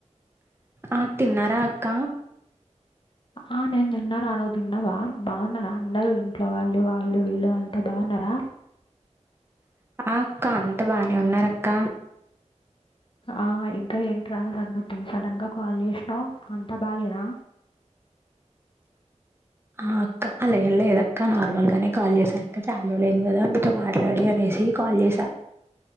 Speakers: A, on the right; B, on the left.
A: ఆ తిన్నారా అక్క
B: ఆ నేను తిన్నార నువ్వు తిన్నావా బాగున్నారా అందరు ఇంట్లో వాళ్ళు వాళ్ళు వీళ్ళు అంత బాగున్నారా
A: ఆ అక్క అంత బానే ఉన్నారు అక్క
B: ఆ ఇంకా ఏంట్రా సంగతి సడన్ గా కాల్ చేసినావు అంతా బాగేనా
A: ఆ అక్క అలా ఏం లేదు అక్క నార్మల్గానే కాల్ చేసా అక్క చాలా రోజులు అయ్యింది కదా మీతో మాట్లాడి అనేసి కాల్ చేసా